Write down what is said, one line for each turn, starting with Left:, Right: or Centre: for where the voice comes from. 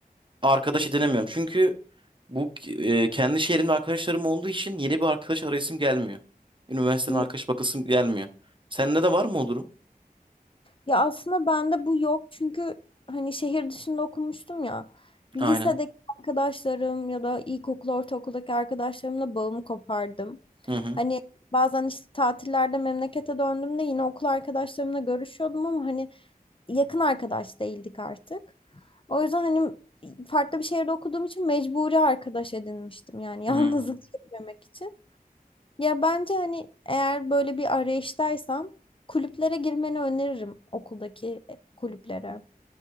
Right: arkadaş edinemiyorum. Çünkü bu e, kendi şehrimde arkadaşlarım olduğu için yeni bir arkadaş arayasım gelmiyor. Üniversiteden
Left: Hı.
Right: arkadaş bakasım gelmiyor. Sende de var mı o durum?
Left: Ya aslında bende bu yok çünkü hani şehir dışında okumuştum ya. Lisedeki
Right: Aynen.
Left: arkadaşlarım ya da ilkokul, ortaokuldaki arkadaşlarımla bağımı kopardım.
Right: Hı hı.
Left: Hani bazen işte tatillerde memlekete döndüğümde yine okul arkadaşlarımla görüşüyordum ama hani yakın arkadaş değildik artık. O yüzden hani farklı bir şehirde okuduğum için mecburi arkadaş edinmiştim yani <laughs> yalnızlık
Right: Hı.
Left: çekmemek için. Ya bence hani eğer böyle bir arayıştaysan kulüplere girmeni öneririm okuldaki e, kulüplere.